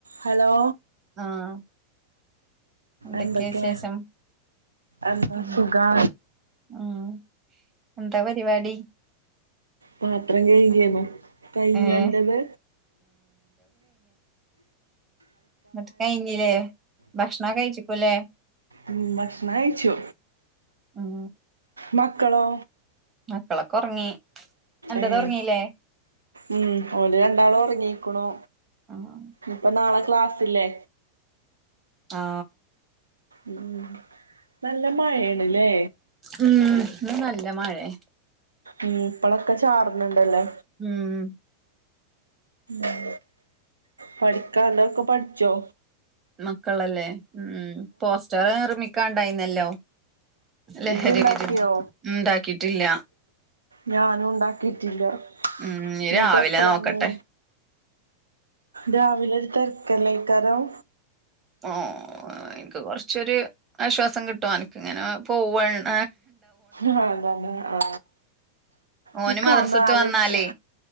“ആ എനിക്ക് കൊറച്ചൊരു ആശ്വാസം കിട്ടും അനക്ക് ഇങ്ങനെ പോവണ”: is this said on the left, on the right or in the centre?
Right